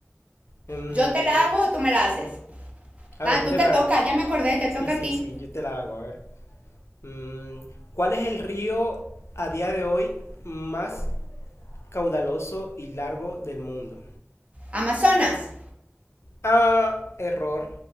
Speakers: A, on the left; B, on the right.
A: Mm,
B: ¿Yo te la hago o tú me la haces?
A: a
B: Ah,
A: ver, yo
B: tú
A: te
B: te
A: la
B: toca,
A: hago.
B: ya me acordé, te toca
A: Sí, sí,
B: a ti.
A: sí, yo te la hago. A ver. Mm, ¿cuál es el río a día de hoy más caudaloso y largo del mundo?
B: Amazonas.
A: Ah, error.